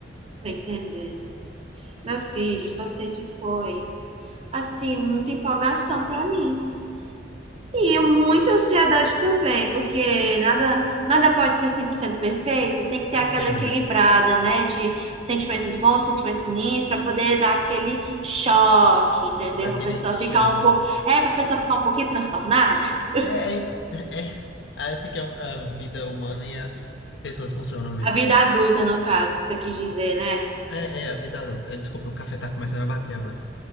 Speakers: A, on the right; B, on the left.
A: Tô entendendo. Meu filho, só sei que foi, assim, muita empolgação pra mim. E muita ansiedade também, porque nada, nada pode ser 100% perfeito, tem que ter
B: Entenda.
A: aquela equilibrada, né, de sentimentos bons, sentimentos ruins, para poder dar aquele choque, entendeu?
B: Daquele
A: Para pessoa
B: tchan.
A: ficar um pouco, é, para pessoa ficar um pouquinho transtornada. <laughs>
B: É, é, é. é. Ah, essa que é a vida humana e as pessoas funcionam mesmo.
A: A vida adulta, no caso, que você quis dizer, né?
B: É, é, a vida adulta. Eh, Desculpa, o café tá começando a bater agora.